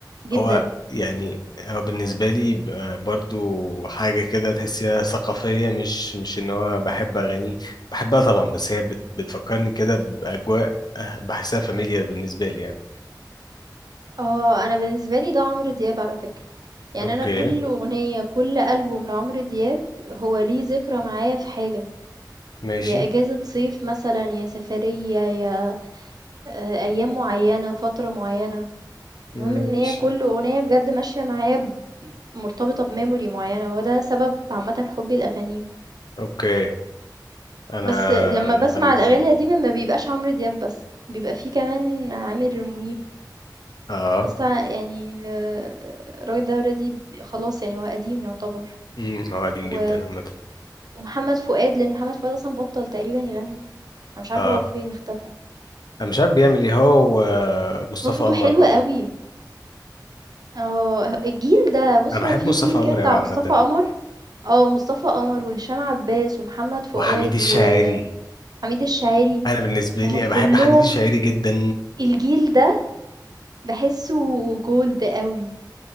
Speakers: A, on the right; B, on the left.
A: جدًا.
B: هو يعني هو بالنسبه لي ب- برضو حاجه كده تحسيها ثقافيه مش مش ان هو بحب اغانيه بحبها طبعا بس هي بت- بتفكرني كده باجواء آه، بحسها فاميليار بالنسبه لي يعني
A: آه. أنا بالنسبة لي ده عمرو دياب على فكرة. يعني
B: اوكي
A: أنا كل أغنية، كل ألبوم لعمرو دياب هو ليه ذكرى معايا في حاجة،
B: ماشي
A: يا إجازة صيف مثلًا، يا سفرية، يا آه، ايام معينة فترة معينة
B: ماشي
A: المهم ان هي كل اغنية بجد ماشية معايا ب- مرتبطة بميموري معينة وده سبب عامة حبي الاغاني
B: اوكي انا
A: بس لما
B: انا
A: بسمع
B: فاهمك
A: الاغاني
B: قوي
A: القديمة ما بيبقاش عمرو دياب بس بيبقى فيه كمان عامر منيب
B: اه
A: بس يعني آه، الراجل ده اوريدي خلاص يعني هو قديم يعتبر
B: امم هو قديم
A: و...
B: جدا عامه
A: ومحمد فؤاد لان محمد فؤاد اصلا بطل تقريبا يغني انا مش عارفة
B: اه
A: هو فين اختفى
B: انا مش عارف بيعمل ايه هو ومصطفى
A: هو صوته
B: قمر
A: حلو
B: برضه
A: قوي اه الجيل ده بص
B: انا بحب
A: هو في
B: مصطفى
A: جيل
B: قمر
A: كده بتاع
B: قوي عامه
A: مصطفى قمر آه، مصطفى قمر وهشام عباس ومحمد فؤاد
B: وحميد الشاعري
A: وحميد الشاعري
B: انا بالنسبه
A: هُم
B: لي انا
A: كلّهم
B: بحب حميد الشاعري جدا
A: الجيل ده باحسّه gold أوي،